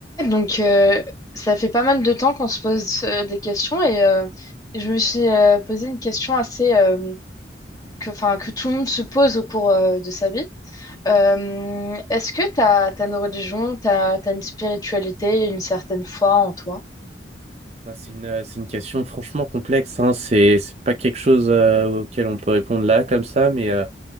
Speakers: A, on the left; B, on the right.
A: Donc, euh, ça fait pas mal de temps qu'on se pose euh, des questions et euh, je me suis euh, posé une question assez euh, que, enfin, que tout le monde se pose au cours euh, de sa vie. Euh, est-ce que t'as, t'as une religion, t'as, t'as une spiritualité, une certaine foi en toi?
B: Bah, c'est une, euh, c'est une question franchement complexe, hein. C'est, c'est pas quelque chose euh, auquel on peut répondre là comme ça, mais, euh,